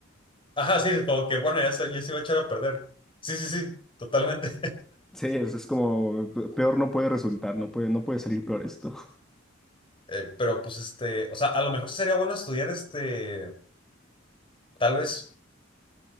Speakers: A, on the left; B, in the centre.
A: Ajá, sí, como que bueno, ya se, ya se iba a echar a perder. Sí, sí, sí, totalmente.
B: Sí, es, es como peor no puede resultar, no puede, no puede salir peor esto. <laughs>
A: Eh, pero pues este, o sea, a lo mejor sería bueno estudiar este, tal vez